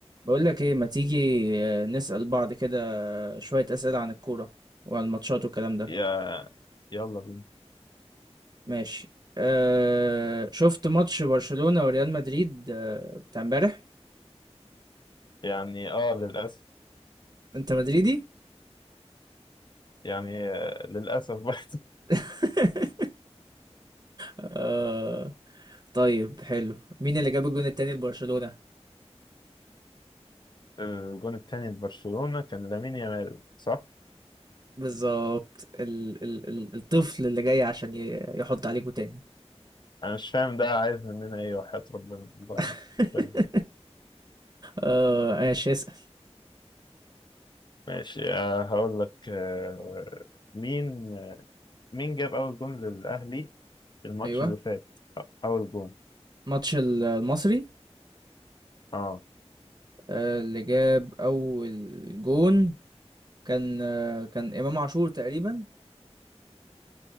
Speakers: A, on the right (about 35°); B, on the left (about 40°).
A: بقول لك ايه ما تيجي آه، نسأل بعض كده شوية أسئلة عن الكورة والماتشات والكلام ده
B: يا يلا بينا
A: ماشي أه شفت ماتش برشلونة وريال مدريد آه، بتاع امبارح
B: يعني اه للأسف
A: انت مدريدي
B: يعني آه، للأسف بقى
A: <laughs> أه طيب حلو مين اللي جاب الجون التاني لبرشلونة
B: <laughs> الجون التاني لبرشلونة كان لامين يامال صح؟
A: بالظبط ال ال ال الطفل اللي جاي عشان ي- يحط عليكوا تاني
B: أنا مش فاهم ده عايز مننا إيه وحياة ربنا والله
A: <laughs>
B: أنا مش فاهم
A: أه ماشي اسأل
B: ماشي آه هقول لك آه مين آه، مين جاب أول جون للأهلي الماتش
A: ايوه
B: اللي فات أ- أول جون
A: ماتش ال- المصري
B: اه
A: آه، اللي جاب اول جون كان آه، كان إمام عاشور تقريبا